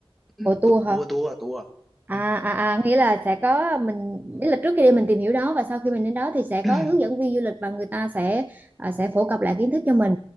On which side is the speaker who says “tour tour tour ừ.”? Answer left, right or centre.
Centre